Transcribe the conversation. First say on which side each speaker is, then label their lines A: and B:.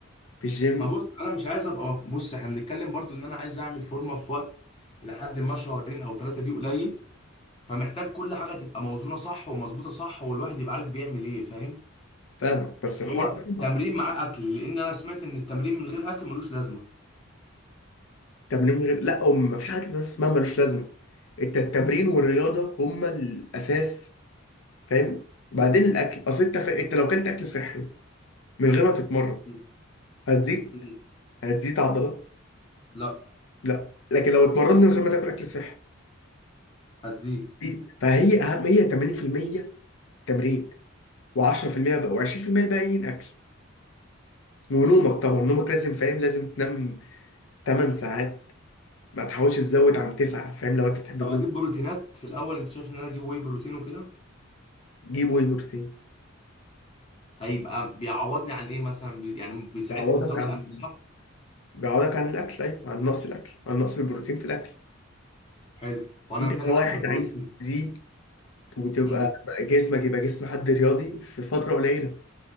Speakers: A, on the left; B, on the left.
A: في الجيم
B: ما بص انا مش عايز ابقى بص احنا بنتكلم برضو ان انا عايز اعمل فورمه في وقت الى حد ما شهرين او ثلاثه دي قليل فمحتاج كل حاجه تبقى موزونه صح ومظبوطه صح والواحد يبقى عارف بيعمل ايه فاهم
A: فاهمك بس
B: اللي
A: الحوار
B: هو
A: ده
B: تمرين مع اكل لان انا سمعت ان التمرين من غير اكل ملوش لازمه
A: تمرين من غير لا أم ما فيش حاجه بس اسمها ملوش لازمه انت التمرين والرياضه هما الاساس فاهم بعدين الاكل اصل انت ف... انت لو كلت اكل صحي من غير ما تتمرن
B: م.
A: هتزيد
B: م.
A: هتزيد عضلات
B: لا
A: لا لكن لو اتمرنت من غير ما تاكل اكل صحي
B: هتزيد
A: دي- فهي اهم هي 80% تمرين و10% بقى و20% الباقيين اكل ونومك طبعا نومك لازم فاهم لازم تنام 8 ساعات ما تحاولش تزود عن 9 فاهم لو انت بتحب
B: طب
A: النوم
B: اجيب بروتينات في الاول انت شايف ان انا اجيب واي بروتين وكده
A: جيب واي بروتين
B: هيبقى بيعوضني عن ايه مثلا بي- يعني بيساعدني
A: بيعوضك
B: في نظام
A: عن
B: الاكل صح
A: بيعوضك عن الاكل ايوه عن نقص الاكل عن نقص البروتين في الاكل
B: حلو وانا
A: انت
B: محتاج
A: كواحد
B: ادخل بروتين
A: عايز تزيد وتبقى
B: امم
A: جسمك يبقى جسم حد رياضي في فتره قليله